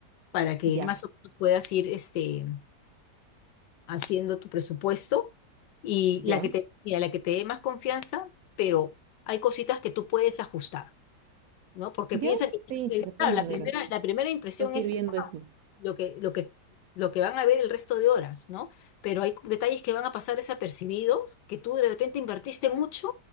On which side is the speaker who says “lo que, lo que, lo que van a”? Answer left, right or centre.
Left